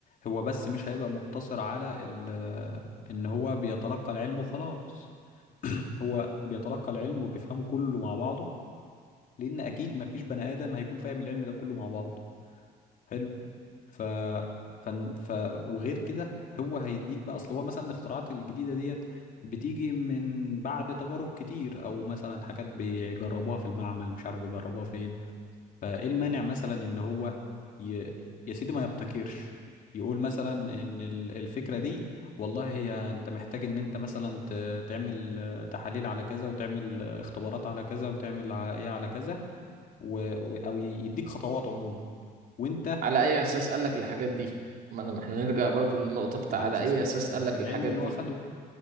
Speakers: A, on the left; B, on the right.
A: هو بس مش هيبقى مقتصر على ال... ان هو بيتلقى العلم وخلاص هو بيتلقى العلم وبيفهمه كله مع بعضه لان اكيد مفيش بني ادم هيكون فاهم العلم ده كله مع بعضه حلو ف ف, ف... وغير كده هو هيديك بقى اصل هو مثلا الاختراعات الجديده ديت بتيجي من بعد تجارب كتير او مثلا حاجات بيجربوها في المعمل مش عارف بيجربوها فين فايه المانع مثلا ان هو ي... يا سيدي ما يبتكرش يقول مثلا ان ال- الفكره دي والله هي انت محتاج ان انت مثلا ت- تعمل آه، تحاليل على كذا وتعمل آه، اختبارات على كذا وتعمل ع- ايه على كذا و... و- او يديك خطوات عموما وانت
B: على اي اساس قال لك الحاجات دي ما أنا- ما احنا نرجع برضو للنقطة بتاع
A: على
B: على
A: اساس
B: اي
A: ال-
B: اساس
A: ال-
B: قال لك
A: العلم
B: الحاجات
A: اللي
B: دي
A: هو خده